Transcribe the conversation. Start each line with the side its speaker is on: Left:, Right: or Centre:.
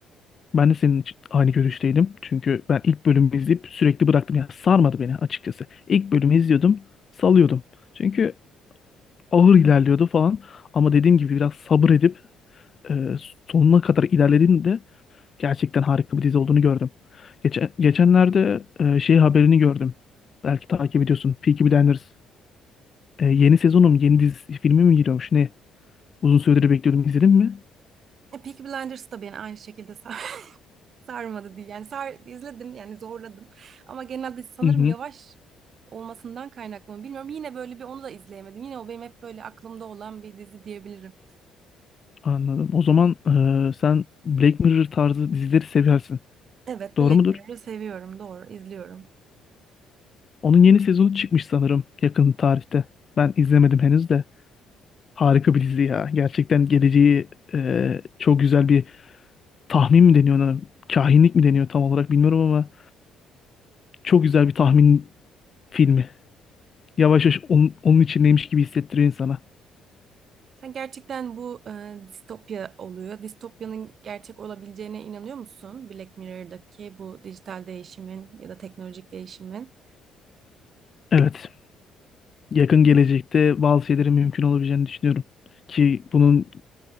Left: Ben de senin için aynı görüşteydim. Çünkü ben ilk bölümü izleyip sürekli bıraktım. Yani sarmadı beni açıkçası. İlk bölümü izliyordum, salıyordum. Çünkü ağır ilerliyordu falan. Ama dediğim gibi biraz sabır edip e, sonuna kadar ilerlediğinde gerçekten harika bir dizi olduğunu gördüm. Geçen, geçenlerde e, şey haberini gördüm. Belki takip ediyorsun. Peaky Blinders. E, yeni sezonu mu, yeni dizi filmi mi giriyormuş? Ne? Uzun süredir bekliyordum. İzledin mi?
Right: E, Peaky Blinders da beni aynı şekilde sar- <laughs> sarmadı diye. Yani sar izledim yani zorladım. Ama genelde sanırım
Left: Hı hı,
Right: yavaş olmasından kaynaklı mı bilmiyorum. Yine böyle bir onu da izleyemedim. Yine o benim hep böyle aklımda olan bir dizi diyebilirim.
Left: anladım. O zaman e, sen Black Mirror tarzı dizileri seversin.
Right: Evet
Left: Doğru
Right: Black
Left: mudur?
Right: Mirror'ı seviyorum doğru izliyorum.
Left: Onun yeni sezonu çıkmış sanırım yakın tarihte. Ben izlemedim henüz de. Harika bir dizi ya. Gerçekten geleceği e, çok güzel bir tahmin mi deniyor ona? Kahinlik mi deniyor tam olarak bilmiyorum ama çok güzel bir tahmin filmi. Yavaş yavaş onun, onun içindeymiş gibi hissettiriyor insana.
Right: Sen gerçekten bu e, distopya oluyor. Distopyanın gerçek olabileceğine inanıyor musun? Black Mirror'daki bu dijital değişimin ya da teknolojik değişimin.
Left: Evet. yakın gelecekte bazı şeylerin mümkün olabileceğini düşünüyorum. Ki bunun